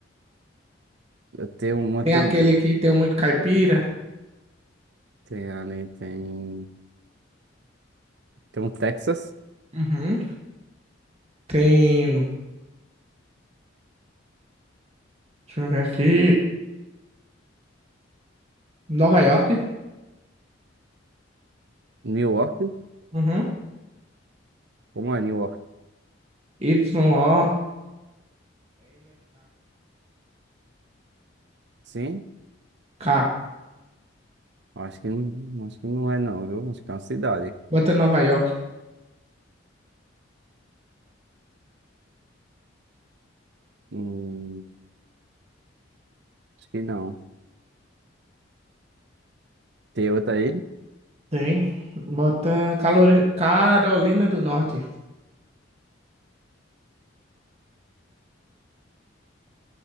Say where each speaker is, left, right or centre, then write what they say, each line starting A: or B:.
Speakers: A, on the right; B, on the right.
A: Eu tenho uma
B: Tem
A: também.
B: aquele que tem muito caipira.
A: Tem ali, tem. Tem um Texas.
B: Uhum. Tem. Deixa eu ver aqui. Nova York.
A: New York.
B: Uhum.
A: Como é New York?
B: Y-O-R-E-K.
A: Sim.
B: K.
A: Acho que não, acho que não é não, viu? Acho que é uma cidade.
B: Bota Nova York.
A: Hum, acho que não. Tem outra aí?
B: Tem. Bota Calori- Carolina do Norte.